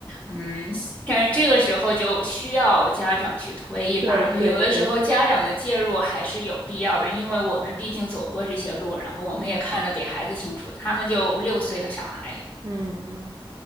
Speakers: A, on the left; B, on the right.
A: 嗯，<laughs> 但这个时候就需要家长去推一把。
B: 对对对，
A: 就有的时候家长的介入还是有必要的，因为我们毕竟走过这些路，然后我们也看得比孩子清楚。
B: 嗯
A: 他们就六岁的小孩，
B: 嗯嗯，